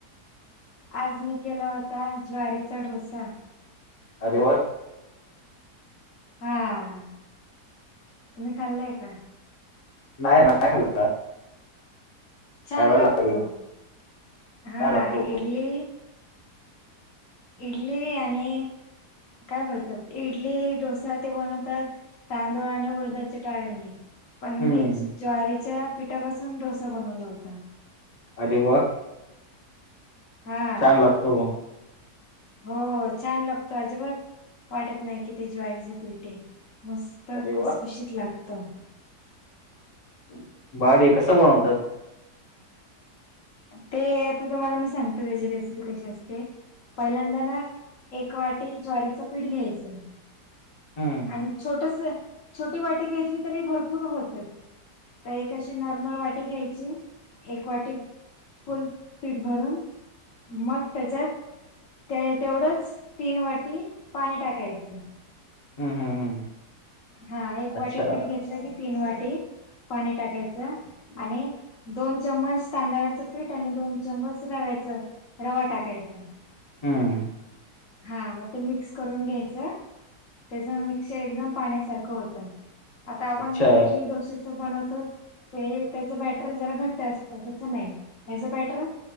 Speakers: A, on the left; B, on the left.
A: आज मी केला होता, ज्वारीचा डोसा.
B: अरे वा!
A: हां, तुम्ही खाल्लंय का?
B: नाही, नाही खाल्ल.
A: छान
B: लागेल
A: लागतो, हां
B: का लागतो
A: इडली इडली आणि काय बोलतात? इडली, डोसा ते बनवतात तांदूळ आणि उडदाचे डाळीनी पण
B: हम्म
A: मी ज्वारीच्या पिठापासून डोसा बनवला होता.
B: आरे वाह
A: हा
B: छान लागतो.
A: हो छान लागतो अजिबात वाटत नाही कि ते ज्वारीचं पीठ आहे. मस्त
B: अरे
A: खुसखुशीत
B: वा
A: लागतं. हम्
B: बारी कसं बनवतात?
A: ते आता तुम्हाला मी सांगतो त्याची रेसिपी कशी असते? पहिल्यांदा ना एक वाटी ज्वारीचा पीठ घ्यायचं.
B: हम्म
A: आणि छोटसा छोटी वाटी घेतली तरी भरपूर होतं. तर एक अशी नॉर्मल वाटी घ्यायची एक वाटी फुल पीठ भरून मग त्याच्यात ते तेवढंच तीन वाटी पाणी टाकायचं.
B: हम्म हम्म हम्म.
A: हा एक
B: अच्छा
A: वाटी पीठ घेतलं की तीन वाटी पाणी टाकायचं. आणि दोन चम्मच तांदळाचं पीठ आणि दोन चम्मच रव्याचं रवा टाकायचा.
B: हम्म.
A: हा म ते मिक्स करून घ्यायचं त्याचा मिक्सर एकदम पाण्यासारख होतं आता आपण
B: अच्छा
A: इटली डोसेच चा बनवतं ते त्याच बॅटर जरा घट्ट असतं तसं नाही हेज्या बॅटर